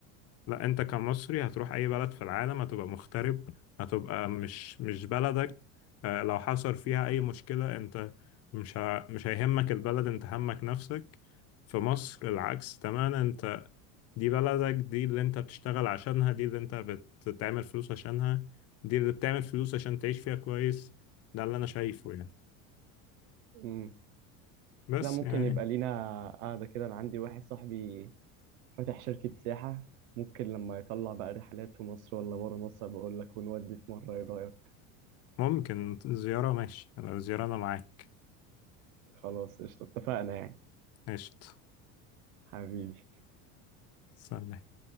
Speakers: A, on the left; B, on the right.
A: لا انت كمصري هتروح اي بلد في العالم هتبقى مغترب هتبقى مش مش بلدك آه، لو حصل فيها اي مشكلة انت مش ه... مش هيهمك البلد انت همك نفسك في مصر العكس تماما انت دي بلدك دي اللي انت بتشتغل عشانها دي اللي انت بتعمل فلوس عشانها دي اللي بتعمل فلوس عشان تعيش فيها كويس ده اللي انا شايفه يعني
B: امم
A: بس
B: لا ممكن
A: يعني
B: يبقى لينا قاعده كده انا عندي واحد صاحبي فاتح شركه سياحه ممكن لما يطلع بقى رحلات في مصر ولا بره مصر بقول لك ونودي في مره ايه رايك
A: ممكن زيارة ماشي لو زيارة أنا معاك
B: خلاص قشطه اتفقنا يعني
A: قشطة
B: حبيبي
A: سلام